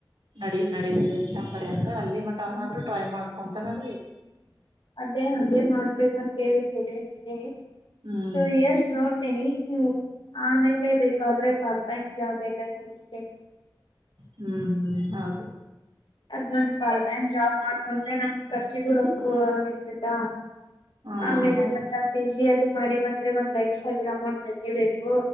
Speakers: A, on the right (about 75°); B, on the left (about 90°).
A: ನಡ ನಡೀದೆ ಎಕ್ಸಾಮ್ ಬರಯಕ ಅಲ್ಲಿ ಮಟ್ಟ ಅನಾದ್ರರು ಟ್ರೈ ಮಾಡ್ಕೊಂತನಾದ್ರೆ ಇ
B: ಅದೇ ಹೇ ಮಾಡ್ಬೇಕಂತೇಳಿ ಸೆರಿದೆ
A: ಹ್ಮ್
B: ಟು ಇಯರ್ಸ್ ನೋಡ್ತೇನಿ ಹ್ಮ ಆಮೇಲೆ ಬು ಬಾದ್ರೆ ಪರ್ದಾಂಗಗೆ ಯಾವ್ದ ಎಲ್ಲನ ಹಬೇಕ
A: ಹ್ಮ್ ಹ್ಮ್ ಹೌದು
B: ಅದ್ ನನ್ ಪಾರ್ಟ್ ಟೈಮ್ ಜಾಬ್ ಮಾಡ್ಕೊಂತ ನಮ್ ಖರ್ಚಿಗೂರಕ್ಕ ಇರ್ತದ
A: ಹಾ
B: ಆಮೇಲೆ
A: ಹೌದು
B: ಮತ್ತ ಪಿ ಜಿ ಅದು ಮಾಡಿ ಒ ್ರೆ ಒಂದ್ ಐ್ ಸಾವಿರ ಅಮೌಂಟ್ ಬೇಕೇ ಬೇಕು